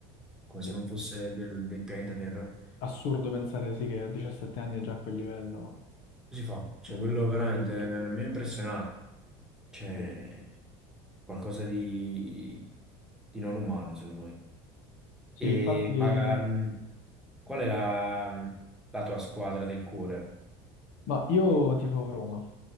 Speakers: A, in the centre; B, on the left (about 70°).
A: come
B: Sì.
A: se non fosse del, del pianeta Terra. Come
B: Assurdo pensare sì che a 17 anni è già a quel livello,
A: si fa? Cioè,
B: è
A: quello
B: incredibile.
A: veramente eh, mi ha impressionato. C'è
B: Sì.
A: qualcosa di, di non umano, secondo me.
B: Sì,
A: E,
B: infatti,
A: ma mm, qual è la, la tua squadra del cuore?
B: ma io tifo Roma,